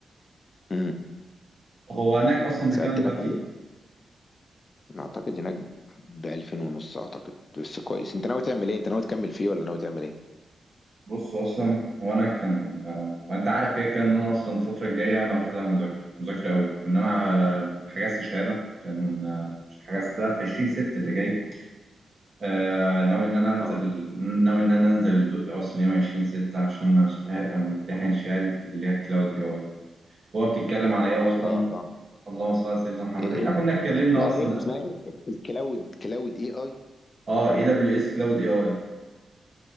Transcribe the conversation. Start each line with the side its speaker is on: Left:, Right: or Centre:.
Left: امم
Right: هو هناك اصلا بكام
Left: سالت
Right: دلوقتي
Left: لك عليه أنا اعتقد هناك ب 2000 ونص اعتقد بس كويس انت ناوي تعمل ايه انت ناوي تكمل فيه ولا ناوي تعمل ايه
Right: بص اصلا هو انا كان آه، وانت عارف كده كده ان انا اصلا الفتره الجايه انا واخدها مذاكره مذاكره قوي وان انا آه، حجزت شهاده كان آه، حجزتها في 20 ست اللي جاي آه، ناوي ان انا انزل
Left: اه
Right: ناوي ان انا انزل الدقي اصلا يوم 20 ستة عشان أشت- امتحن شهاده اللي هي كلاود اي اي هو بتتكلم على ايه اصلا
Left: اه اه
Right: اللهم صل على سيدنا محمد
Left: ايه
Right: احنا كنا اتكلمنا
Left: اسمها
Right: اصلا
Left: ايه اسمها ايه الكلاود كلاود اي اي
Right: اه اي دبليو اس كلاود اي اي